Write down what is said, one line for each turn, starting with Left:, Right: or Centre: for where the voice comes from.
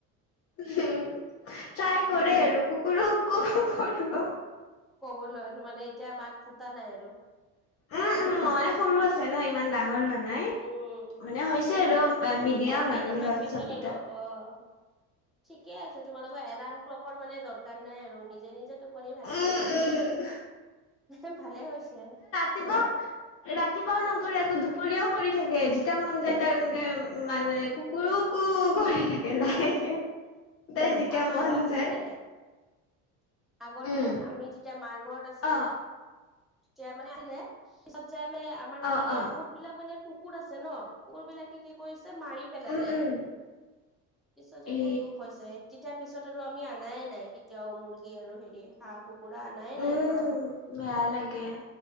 Left: উম ট্ৰাই কৰে আৰু কুকুৰু কু কৰিব
Centre: ক'বলৈ মানে এতিয়া মাত ফুটা নাই আৰু
Left: উম উম মই সৰু আছে ন ইমান ডাঙৰ হোৱা নাই
Centre: উম,
Left: মানে হৈছে আৰু
Centre: ফুটিব
Left: মিডিয়াম
Centre: কেইদিনমান
Left: আৰু সিহঁত
Centre: পিছত
Left: চব কেইটা
Centre: আৰু অ', ঠিকে আছে তোমালোকৰ এলাৰ্ম ক্লকৰ মানে দৰকাৰ নাই আৰু নিজে নিজে পনিৰ ভাঙি
Left: উম
Centre: যাব আৰু
Left: উম
Centre: ভালে হৈছে
Left: কিবা ৰাতিপুৱাও নকৰে আক দুপৰীয়াও কৰি থাকে যেতিয়া মন যায় তাৰ এনেকে মানে কুকুৰু কু কৰি থাকে
Centre: অ',
Left: লাহেকে তাই যেতিয়া
Centre: আমাৰো
Left: মন
Centre: আছিলে
Left: যায়
Centre: আগতে
Left: উম
Centre: আমি যেতিয়া মাৰঘৰত আছিলো
Left: অ
Centre: তেতিয়া মানে আহিলে পিছত যাই মানে আমাৰ সেইপিনে
Left: অ অ
Centre: বহুত বিলাক মানে কুকুৰ আছে ন কুকুৰ বিলাকে কি কৰিছে মাৰি পেলালে
Left: উম উম
Centre: পিছত যে
Left: এ
Centre: বহুত দুখ হৈছে তেতিয়াৰ পিছত আৰু আমি আনায় নাই কেতিয়াও মুৰ্গী আৰু হেৰি হাঁহ কুকুৰা আনায়
Left: উম
Centre: নাই কেতিয়াও
Left: বেয়া লাগে